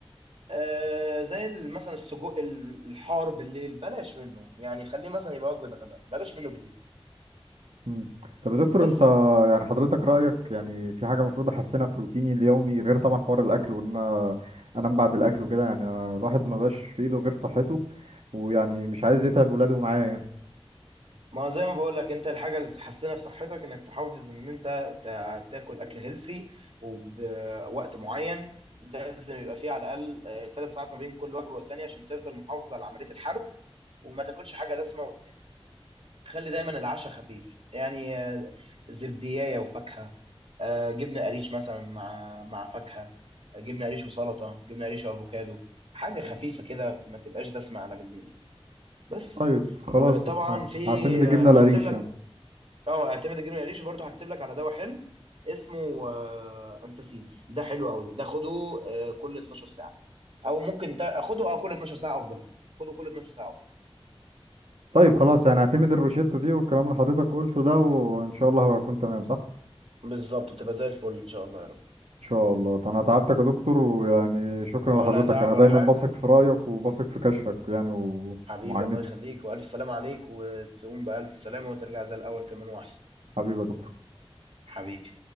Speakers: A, on the right; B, on the right.
A: آه زي ال- مثلا السجق ال- الحار بالليل بلاش منه يعني خليه مثلا يبقى وجبه غدا بلاش منه بالليل
B: مم. طب يا دكتور
A: بس
B: انت يعني حضرتك رايك يعني في حاجه المفروض احسنها في روتيني اليومي غير طبعا حوار الاكل وان انا انام بعد الاكل وكده يعني أنا الواحد ما بقاش في ايده غير صحته ويعني مش عايز يتعب ولاده معاه يعني
A: ما زي ما بقول لك انت الحاجه اللي تحسنها في صحتك انك تحافظ ان انت تا- تاكل اكل هيلسي وبوقت معين لازم يبقى فيه على الاقل ثلاث ساعات ما بين كل وجبه والتانيه عشان تفضل محافظ على عمليه الحرق وما تاكلش حاجه دسمه وتنام خلي دايما العشاء خفيف يعني آه، زبدية وفاكهة آه، جبنة قريش مثلا مع مع فاكهة آه، جبنة قريش وسلطة جبنة قريش وأفوكادو حاجة خفيفة كده ما تبقاش دسمة على بالليل يعني بس
B: طيب خلاص
A: وطبعا
B: ه-
A: في
B: هعتمد الجبنه
A: آه،
B: القريش
A: هكتب لك
B: يعني
A: اه اعتمد الجبنة قريش وبرضه هكتب لك على دواء حلو اسمه آه، انتاسيدز ده حلو قوي ده خده آه، كل 12 ساعة او ممكن تا- خده اه كل 12 ساعة افضل خده كل 12 ساعة أفضل.
B: طيب خلاص يعني هعتمد الروشته دي والكلام اللي حضرتك قلته ده وان شاء الله هبقى اكون تمام صح
A: بالظبط تبقى زي الفل ان شاء الله يا رب
B: ان شاء الله انا تعبتك يا دكتور ويعني شكرا
A: ولا
B: لحضرتك
A: تعب
B: انا
A: ولا
B: دايما
A: حاجة
B: بثق في رايك وبثق في كشفك يعني
A: حبيبي
B: ومعاينه
A: الله يخليك والف سلام عليك وتقوم بالف سلامه وترجع زي الاول كمان واحسن
B: حبيبي يا دكتور
A: حبيبي